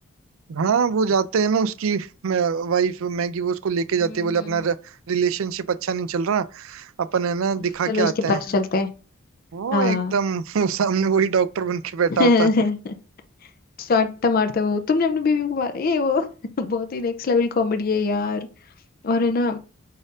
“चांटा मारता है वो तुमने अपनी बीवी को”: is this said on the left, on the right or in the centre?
Left